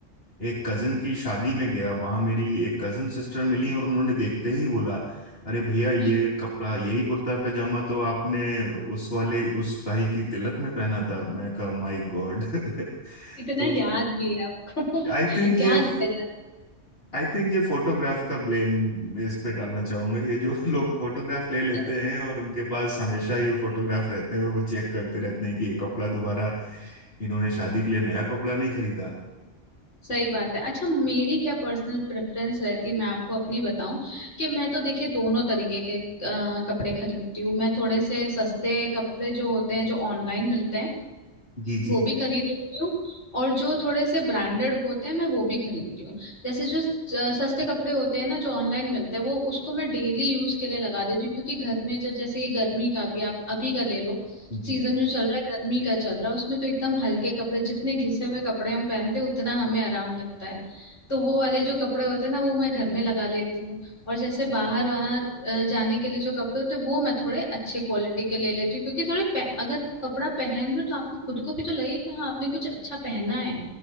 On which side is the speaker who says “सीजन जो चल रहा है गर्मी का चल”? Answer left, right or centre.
Left